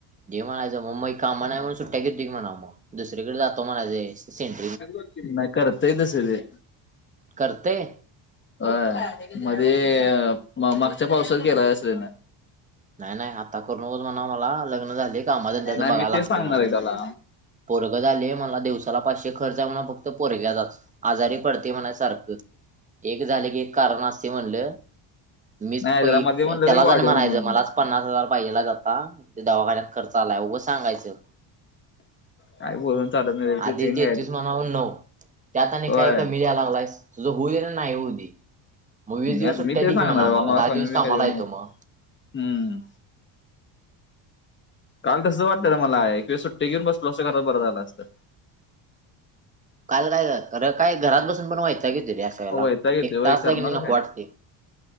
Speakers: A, on the right; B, on the left.
A: ज म्हणायचं मग मग कामा नाहीणून सुट्ट्या घेतो की म्हणा मग दुसरीकडे जातो म्हणाय सेंट
B: नाही करताय तसं ते.
A: करतंय
B: अ मध्ये म मागच्या पावसात केला अस त्याने.
A: नाही नाही आता करूनच म्हणा मला लग्न झाली कामात त्याच
B: नाही
A: बघायला
B: मी
A: लागते
B: ते सांगणार
A: म्हणून.
B: आहे त्याला
A: पोरग झालीय मला दिवस. पाचशे खर्च म्हण फक्त पोरग्याचा आजारी पडते म्हण सारख. झालं कारण अस म्हणल मी
B: नाही
A: प
B: त्याला मध्ये म्हणलेलं
A: त्याला
B: वाढीव
A: जाण म्हणायचं
B: म्हणून
A: मला पन्नास हजार पाहिला जाता ते दवाखान्यात खर्च आलाय उघं सांगायचं.
B: काय बोलून. चालत नाही ते
A: आधी
B: झिंग
A: देेतस
B: आहे
A: म्हणाव नऊ त्यात आणि
B: होय
A: काय कमी द्याला लागलायस तुझं होऊ देल. नाही येऊ दे मग वीस
B: मी
A: दिवस सुट्ट्या
B: मी ते
A: दे
B: सांगणार
A: की म्हणा आम्हाला
B: बा
A: दहा
B: मला कमी
A: दिवस
B: बी
A: कामाला
B: काय देऊ
A: येतो
B: नको
A: मग.
B: हम्म काल तसं वाटत ना मला एक वेळ सुट्टी घेऊन बसलो असं खरं बरं झालं असतं
A: काल कायातर काय घरात बसून पण व्हायचं की वळेला
B: हो, वैताग येते
A: एक तास
B: वय करणार
A: जाे मी नको
B: काय
A: वाटते